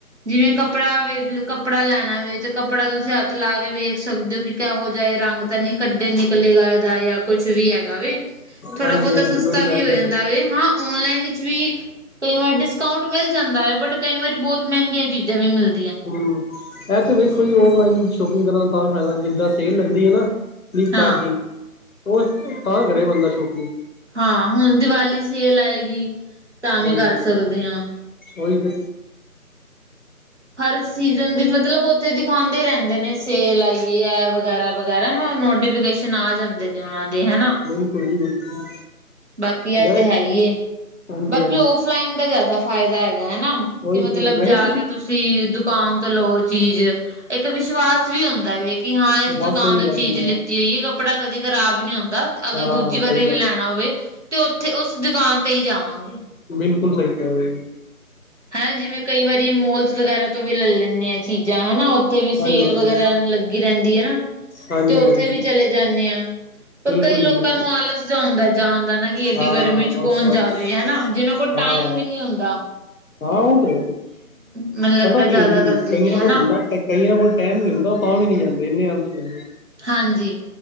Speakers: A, on the right; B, on the left.
A: ਜਿਵੇਂ ਕੱਪੜਾ ਵੇਖਲੋ ਕੱਪੜਾ ਲੈਣਾ ਵੇ ਤੇ ਕੱਪੜਾ ਤੁਸੀਂ ਹੱਥ ਲਾ ਕੇ ਵੇਖ ਸਕਦੇ ਹੋ ਕਿ ਕਿਹੋ ਜਾ ਏ ਰੰਗ। ਤਾਂ ਨੀ ਕੱਢੇ ਨਿਕਲੇਗਾ ਇਹਦਾ ਯਾਂ ਕੁਛ ਵੀ ਹੈਗਾ ਵੇ। ਥੋੜਾ
B: ਹਾਂਜੀ
A: ਬੋਤਾ
B: ਹਾਂਜੀ
A: ਸਸਤਾ
B: ਉਹੀ
A: ਵੀ
B: ਗੱਲ
A: ਹੋ ਜਾਂਦਾ
B: ਹੈ
A: ਵੇ ਹਾਂ ਔਨਲਾਈਨ ਵਿੱਚ ਵੀ ਕਈ ਵਾਰ ਡਿਸਕਾਊਂਟ ਮਿਲ ਜਾਂਦਾ ਏ ਬਟ ਕਈ ਵਾਰੀ ਬਹੁਤ ਮੈੰਗੀਆਂ ਚੀਜ਼ਾਂ ਵੀ ਮਿਲ
B: ਹਮ ਐ ਤੇ ਵੇਖੋ ਜੀ ਓਨਲਾਈਨ ਸ਼ੋਪਿੰਗ ਕਰਨ ਦਾ ਤਾਂ ਫਾਇਦਾ ਜਿੱਦਾਂ ਸੇਲ ਲੱਗਦੀ ਏ ਨਾ। ਫਲਿੱਪ
A: ਹਾਂ।
B: ਕਾਰਟ ਦੀ ਉਹ, ਤਾਂ ਕਰੇ ਬੰਦਾ ਸ਼ੋਪੀਂਗ।
A: ਹਾਂ, ਹੁਣ ਦੀਵਾਲੀ ਸੇਲ ਆਏਗੀ, ਤਾਂ ਵੀ
B: ਹਾਂਜੀ
A: ਕਰ ਸਕਦੇ ਹਾਂ।
B: ਉਹੀ ਤੇ
A: ਹਰ ਸੀਜ਼ਨ ਦੀ ਮਤਲਬ ਉੱਥੇ ਦਿਖਾਉਂਦੇ ਰਹਿੰਦੇ ਨੇ ਸੇਲ ਆਈਏ ਹੈ, ਵਗੈਰਾ- ਵਗੈਰਾ ਮੈਂ ਨੋਟੀਫਿਕੇਸ਼ਨ ਆ ਜਾਂਦੇ ਨੇ ਉਹਨਾਂ ਦੀ, ਹਨਾ।
B: ਬਿਲਕੁਲ ਜੀ ਬਿਲਕੁਲ।
A: ਬਾਕੀ ਆ
B: ਮੈਂ
A: ਤੇ ਹੈ ਹੀ,
B: ਹਾਂਜੀ
A: ਬਾਕੀ
B: ਹਾਂਜੀ
A: ਔਫਲਾਈਨ ਦਾ ਜ਼ਿਆਦਾ ਫਾਇਦਾ ਹੈਗਾ ਹਨਾ।
B: ਉਹੀ
A: ਤੇ ਮਤਲਬ
B: ਮੈਂ
A: ਜਾ
B: ਕਿਹਾ
A: ਕੇ ਤੁਸੀਂ ਦੁਕਾਨ ਲ ਉਹ ਚੀਜ਼, ਇੱਕ ਵਿਸ਼ਵਾਸ ਵੀ ਹੁੰਦਾ ਹੈ ਕਿ ਹਾਂ ਇਸ
B: ਬਸ
A: ਦੁਕਾਨ
B: ਉਹੀ
A: ਤੋਂ
B: ਗੱਲ
A: ਚੀਜ਼
B: ਹੈ ਨਾ
A: ਲਿੱਤੀ ਹੋਈ ਹੈ। ਕੱਪੜਾ ਕਦੀ ਖਰਾਬ ਨਹੀਂ ਆਉਂਦਾ, ਅਗਰ
B: ਹਾਂ
A: ਦੂਜੀ ਵਾਰੀ
B: ਸਹੀ ਗੱਲ
A: ਵੀ ਲੈਣਾ
B: ਹੈ,
A: ਹੋਵੇ। ਤੇ ਉੱਥੇ ਉਸ ਦੁਕਾਨ ਤੇ ਹੀ ਜਾਵਾਂਗੇ।
B: ਬਿਲਕੁਲ ਸਹੀ ਕਹਿ ਰਹੇ ਜੀ।
A: ਹੈ ਜਿਵੇਂ ਕਈ ਵਾਰੀ ਮੋਲਸ ਵਗੈਰਾ ਤੋਂ ਵੀ ਲੈ ਲੈਂਦੇ ਹ ਚੀਜ਼ਾਂ ਹਨਾ। ਉੱਥੇ ਵੀ
B: ਹਾਂਜੀ
A: ਸੇਲ
B: ਹਾਂਜੀ
A: ਵਗੈਰਾ ਲੱਗੀ ਰਹਿੰਦੀ ਆ ਨਾ,
B: ਹਾਂਜੀ
A: ਤੇ ਓਥੇ
B: ਹਾਂਜੀ
A: ਵੀ ਚਲੇ ਜਾਂਦੇ ਆ। ਪਰ
B: ਬਿਲਕੁਲ
A: ਕਈ ਲੋਕਾਂ
B: ਜੀ ਬਿਲਕੁਲ
A: ਨੂੰ ਆਲਸ ਜਿਹਾ ਹੁੰਦਾ ਜਾਣਦਾ ਨਾ ਜੀ। ਕਿ ਐਡੀ
B: ਹਾਂ
A: ਗਰਮੀ 'ਚ
B: ਬਸ
A: ਕੌਣ
B: ਬਸ
A: ਜਾਵੇ ਹਨਾ, ਜਿਹਨਾਂ ਕੋਲ
B: ਹਾਂ
A: ਟਾਈਮ ਵੀ ਨਹੀਂ ਹੁੰਂਦਾ।
B: ਹਾਂ ਉਹ ਤੇ,
A: ਮੈਨੂੰ ਲੱਗਦਾ
B: ਪਤਾ
A: ਜ਼ਿਆਦਾ
B: ਕੀ ਹੈ ਜੀ,
A: ਕਰਦੇ
B: ਕਹੀ
A: ਨੇ ਹਨਾ
B: ਕੋਲ ਹੁੰਦਾ। ਕਈਆਂ ਕੋਲ ਟਾਈਮ ਨੀ ਹੁੰਦਾ ਉਹ ਤਾਂ ਵੀ ਨਹੀਂ ਜਾਂਦੇ ਇੰਨੇ ਆਲਸੀ ਹੁੰਦੇ।
A: ਹਾਂਜੀ,